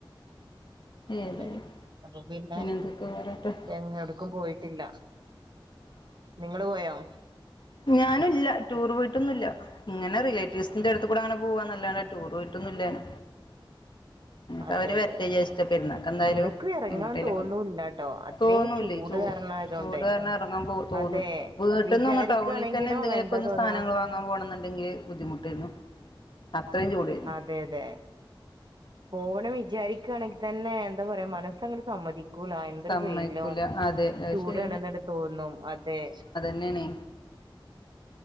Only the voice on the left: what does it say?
ഏതായാലും
എന്തൊക്കെ പറയട്ടെ
ഞാനും ഇല്ല ടൂർ പോയിട്ടൊന്നുംല്ല. ഇങ്ങനെ റിലേറ്റീവ്സിന്റെ അടുത്ത് കൂടെ അങ്ങനെ പോവാന്നല്ലാണ്ടെ ടൂർ പോയിട്ടൊന്നുല്ല ഞാന്. ഇഞ്പ്പവര്
വര്ട്ടെ
വിജാര്ച്ട്ടാ പെരുന്നാക്കെന്തായാലും
എങ്ങട്ടേലൊക്കെ
തോന്നൂല്ലേ.
ചൂ
ചൂട് കാരണം എറങ്ങാൻ പോ തോന്നും
വീട്ട്ന്നൊന്നൂട്ടോ
ഫോണിൽക്കന്നെ എന്തങ്കിലൊക്കൊന്ന്
സാനങ്ങളോ വാങ്ങാൻ പോണം എന്നുണ്ടെങ്കില് ബുദ്ധിമുട്ടേന്നു. അത്രയും ചൂടേന്നു.
സമ്മതിക്കൂല
അതെ അത്
ശരി
ന്നേണെ.